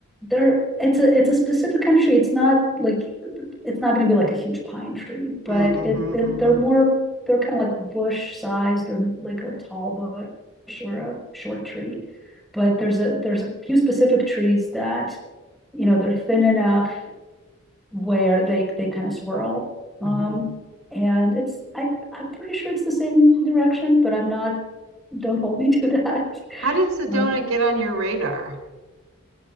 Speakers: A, in the centre; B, on the right.
A: There, it's a it's a specific kind of tree. It's not like it's not going to be like a huge pine tree, but
B: Mm, mhm,
A: it, it
B: mhm,
A: they're more they're kind of like bush size. They're like a tall bush or a short tree. But there's a there's a few specific trees that you know they're thin enough where they they kind of swirl.
B: mhm.
A: Um, and it's I I'm pretty sure it's the same direction, but I'm not. Don't hold me <laughs> to that.
B: How did Sedona
A: Um,
B: get on your radar?